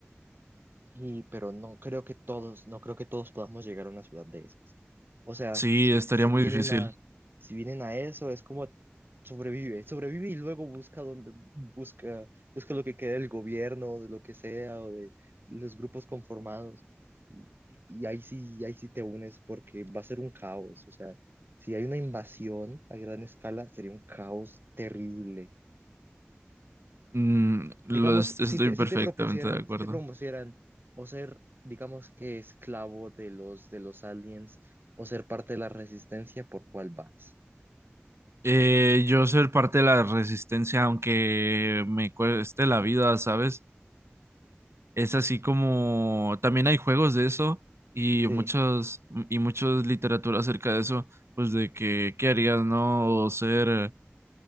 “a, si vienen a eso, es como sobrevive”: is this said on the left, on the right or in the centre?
Right